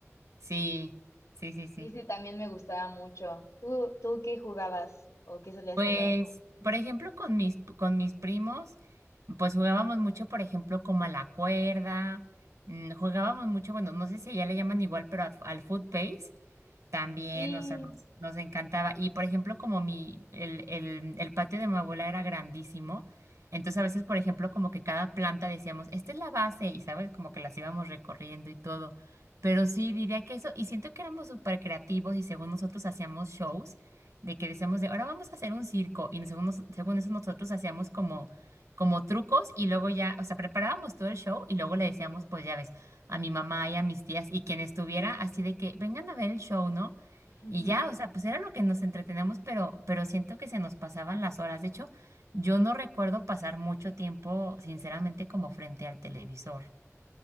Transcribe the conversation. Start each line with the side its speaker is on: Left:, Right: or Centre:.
Right: Sí, sí, sí, sí.
Left: Sí, sí, también me gustaba mucho. ¿Tú, tú qué jugabas o qué solías
Right: Pues,
Left: jugar?
Right: por ejemplo, con mis, con mis primos, pues jugábamos mucho, por ejemplo, como a la cuerda, mm, jugábamos mucho, bueno, no sé si allá le llaman igual, pero a- al foot pace. También,
Left: Sí.
Right: o sea, nos, nos encantaba. Y por ejemplo, como mi, el, el, el patio de mi abuela era grandísimo, entonces a veces, por ejemplo, como que cada planta decíamos, esta es la base, y sabes, como que las íbamos recorriendo y todo. Pero sí, diría que eso, y siento que éramos súper creativos y según nosotros hacíamos shows, de que decíamos de, ahora vamos a hacer un circo, y según, nos- según eso nosotros hacíamos como, como trucos y luego ya, o sea, preparábamos todo el show y luego le decíamos, pues ya ves a mi mamá y a mis tías y quien estuviera, así de que vengan a ver el show, ¿no?
Left: <laughs>
Right: Y ya, o sea, pues era lo que nos entretenemos, pero, pero siento que se nos pasaban las horas. De hecho, yo no recuerdo pasar mucho tiempo, sinceramente, como frente al televisor.